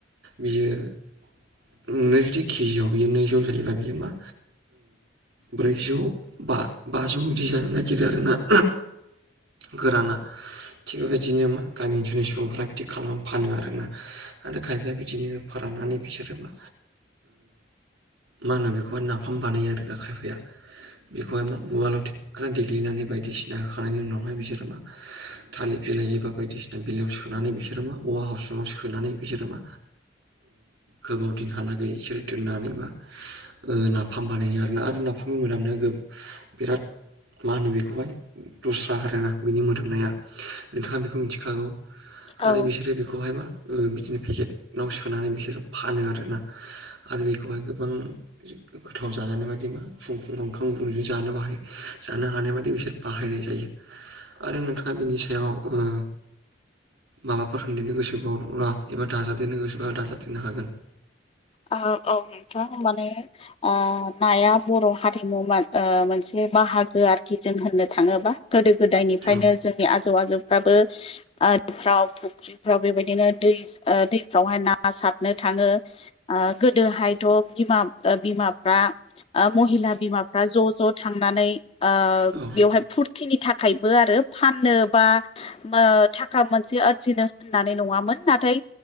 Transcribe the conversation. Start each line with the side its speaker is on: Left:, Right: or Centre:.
Right: बियो नोंनो जुदि केजियाव बियो नैजौ जायोबा बियो मा ब्रैजौ बा बाजौ बिदि जानो नागिरो आरोना गोराना थिग बेबायदिनो मा गामि ओनसोलनि सुबुंफ्रा बिदि खालामनानै फानो आरोना आरो खायफाया बिदिनो फाेरान लानानै बिसोरो मा मा होनो बेखौहाय नाफाम बानायो आरो खायफाया बेखौहाय मा उवालाव दे ग्रें देग्लिनानै बायदिसिना होखांनायनायनि उनावहाय बिसोर मा थालिर बिलाइ एबा बायदिसिना बिलाइयाव सो नानै बिसोर मा औवा हासुङाव सोनानै बिसोर मा गोबाव दिनहालागै इसोरो दोननानै बा नाफाम बानायो आरोना आरो नाफाम थ बिरादनो बिराद मा होनो बेखौहाय दस्रा आरोना बेनि मोदोमनाया नोंथाङा बेखौ मिथिखागौ। आरो
Left: औ
Right: बिसोरो बेखौहाय मा बिदिनो पेकेटाव सोनानै बिसोरो फानो आरोना आरो बेखौहाय गोबां गोथाव जाजानाय बायदि मा फुं फुंङाव ओंखाम गुदुंजों जानोबो बाहाय जानो हानाय बादि बिसोर बाहायनाय जायो आरो नोंथाङा बिनि सायाव ओ माबाफोर होनदेरनो गोसोबावब्ला एबा दाजाबदेरनो गोसोबा दाजाबदेरनो हागोन।
Left: औ नोंथां माने ओ नाया बर' हारिमु मा ओ मोनसे बाहागो आरोखि जों होननो थाङोबा गोदो गोदायनिफ्रायनो
Right: औ
Left: जोंनि आजौ आजौफ्राबो दैफ्राव फुख्रिफ्राव बेबायदिनो दै दैफ्रावहाय ना सारनो थाङो। गोदोहायथ' बिमा बिमाफ्रा महिला बिमाफ्रा ज ज थांनानै ओ
Right: औ
Left: बेवहाय फुरथिनि थाखायबो आरो फाननो बा ओ थाखा मोनसे आरजिनो होननानै नङामोन नाथाय